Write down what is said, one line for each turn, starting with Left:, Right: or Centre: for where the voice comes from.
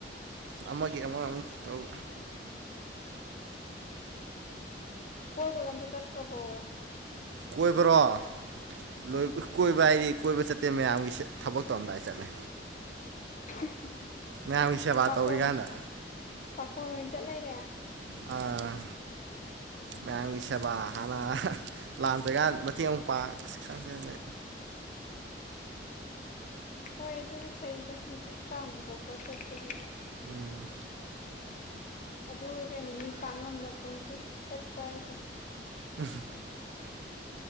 Right: ꯑꯃꯒꯤ ꯑꯃ ꯑꯃꯨꯛ ꯇꯧ꯫
Left: ꯀꯣꯢꯏꯕꯒ ꯑꯝꯇ ꯆꯠꯇ꯭ꯔꯕꯣ꯫
Right: ꯀꯣꯏꯕꯔꯣ
Left: ꯎꯝ
Right: <unintelligible> ꯀꯣꯏꯕ ꯍꯥꯏꯗꯤ ꯀꯣꯏꯕ ꯆꯠꯇꯦ ꯃꯌꯥꯝꯒꯤ ꯊꯕꯛ ꯇꯧꯔꯝꯗꯥꯏ ꯆꯠꯂꯦ꯫
Left: <unintelligible>
Right: ꯃꯌꯥꯝꯒꯤ ꯁꯦꯕꯥ
Left: ꯄꯥꯈꯣꯟ
Right: ꯇꯧꯔꯤꯀꯥꯟꯗ
Left: ꯄꯥꯈꯣꯟ ꯑꯣꯏ ꯆꯠꯂꯩꯔꯦ꯫
Right: ꯑꯥ꯫ ꯃꯌꯥꯝꯒꯤ ꯁꯦꯕꯥ ꯍꯥꯟꯅ ꯂꯥꯛꯇ꯭ꯔꯤꯀꯥꯟ ꯃꯇꯦꯡ ꯑꯃꯨꯛ ꯄꯥꯡ ꯑꯁ ꯈꯪꯗꯔꯦꯅꯦ꯫
Left: ꯍꯣꯏ ꯑꯗꯨꯖꯨ ꯐꯩꯗ ꯃꯇꯦꯡ ꯄꯥꯡꯕ ꯈꯣꯠꯄ ꯆꯠꯄꯗꯨꯖꯨ꯫
Right: ꯎꯝ
Left: ꯑꯗꯨꯒ ꯀꯩꯅꯣ ꯃꯤ ꯄꯥꯡꯉꯝꯅ ꯄꯣꯟꯇꯦ ꯆꯠꯄ ꯍꯥꯏꯖꯦ꯫
Right: <unintelligible>